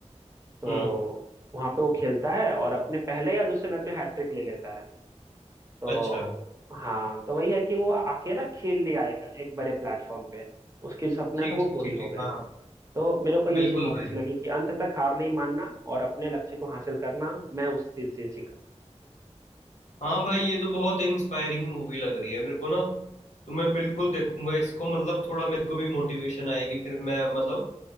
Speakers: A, on the right; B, on the left.
A: तो
B: हम्म
A: वहाँ पे वो खेलता है और अपने पहले या दूसरे मैच में हैट्रिक ले लेता है तो
B: अच्छा
A: हाँ तो वही है कि वो आके ना खेल ले आएगा एक बड़े प्लेटफॉर्म पे उसकी जो सपना
B: ठीक
A: था वो
B: ठीक
A: पूरी
B: ठीक ठीक
A: हो गई
B: हाँ
A: तो मेरे को ये
B: बिल्कुल
A: चीज बहुत
B: भाई
A: अच्छी लगी कि अंत तक हार नहीं मानना और अपने लक्ष्य को हासिल करना मैं उस चीज से सीखा
B: हाँ भाई ये तो बहुत इंस्पायरिंग मूवी लग रही है मेरे को ना तो मैं बिल्कुल देखूंगा इसको मतलब थोड़ा मेरे को भी मोटिवेशन आएगी फिर मैं मतलब